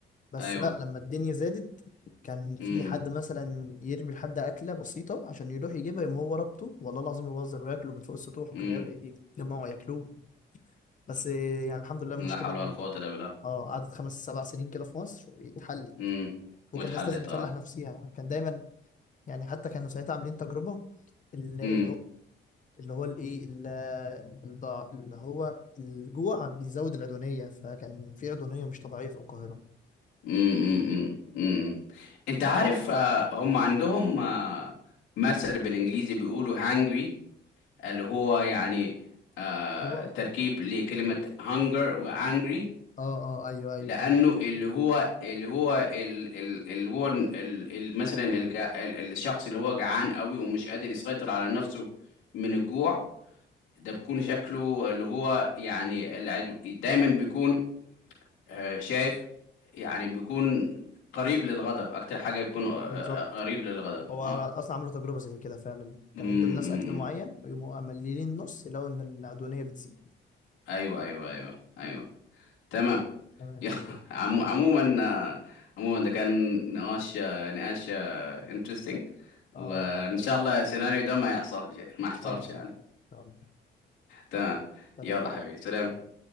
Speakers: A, on the left; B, on the left.
A: بس
B: ايوه
A: لا لما الدنيا زادت كان في
B: امم
A: حد مثلا يرمي لحد اكله بسيطه عشان يروح يجيبها يقوم هو ربطه والله العظيم ما بهزر وياكله من فوق السطوح وكانوا
B: امم
A: يجمعوا ياكلوه بس يعني الحمد لله المشكله
B: لا حول
A: دي
B: ولا قوة الا بالله
A: اه قعدت خمس سبع سنين كده في مصر واتحلت
B: امم
A: وكان
B: واتحلت
A: الناس لازم تسلح
B: اه
A: نفسيها كان دايما يعني حتى كانوا ساعتها عاملين تجربه ال- اللي
B: امم
A: هو اللي هو الايه ال- الضع- اللي هو الجوع بيزود العدوانيه فكان في عدوانيه مش طبيعيه في القاهره
B: امم امم انت عارف آه، هم عندهم آه، مثل بالانجليزي بيقولوا hungry اللي هو يعني آه
A: جوع
B: تركيب لكلمة hunger و angry
A: اه اه ايوه ايوه
B: لأنه
A: ايوه
B: اللي هو اللي هو ال- ال- اللي هو ال- ال- ال- مثلا الجا- ال- الشخص اللي هو جعان قوي ومش قادر يسيطر على نفسه من الجوع ده بيكون شكله اللي هو يعني العدو دايما بيكون آه، شايف يعني بيكون قريب للغضب أكتر حاجة بيكون آه،
A: بالظبط
B: آه، قريب للغضب
A: هو
B: اه
A: اصلا عملوا تجربه زي كده فعلا
B: امم
A: كانوا يدوا للناس
B: أمم.
A: اكل معين ويقوموا مقللين نص يلاقوا ان العدوانيه بتزيد
B: ايوه ايوه ايوه ايوه تمام <laughs>
A: تمام
B: يلا عمو- عموما آه، عموما ده كان نقاش آه، نقاش انترستنج
A: اه
B: وان
A: ان
B: شاء الله السيناريو ده ما يحصل ما يحصلش
A: شاء الله
B: يعني
A: ان شاء الله
B: تمام
A: سلام
B: يلا حبيبي سلام